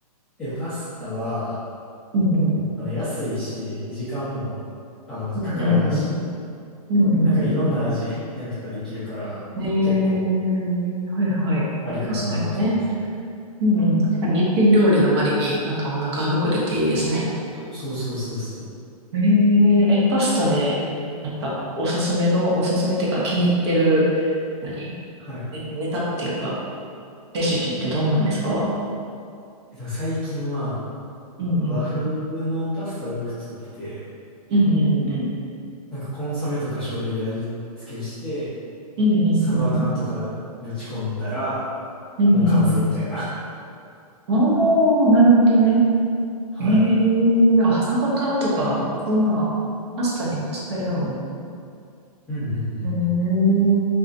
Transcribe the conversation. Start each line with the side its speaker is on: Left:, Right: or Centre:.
Centre: え、パスタは、
Right: うんうん。
Centre: あの、安いし、時間も、あの、かからんし、
Right: うんうんうん。うんうんうんうん。
Centre: なんかいろんな味変とかできるから、
Right: ええー、
Centre: 結構
Right: はいはい。
Centre: ありかなと思って。
Right: 確かにね。うんうんうんええはいはい確かにねうんうん確かに一品料理の割になんかお腹膨れていいですね。
Centre: そうそうそうそうそう。
Right: えええ、パスタで、なんか、おすすめの、おすすめっていうか、気に入ってる、何
Centre: はい。
Right: ネネタっていうか、レシピってどんなんですか
Centre: えっと、最近は、
Right: うんうん。
Centre: 和風のパスタをよく作ってて、
Right: うんうんうんうん。
Centre: なんかコンソメとか醤油で味付けして、
Right: うんうんうんうん。
Centre: サバ缶とかぶち込んだら、
Right: うんうんうん。
Centre: もう完成みたいな。
Right: ああ、なるほどね。
Centre: <laughs> はい。
Right: えーあ、サバ缶とか、そんな、パスタにも使えるのよ。
Centre: うんうんうんうん。
Right: え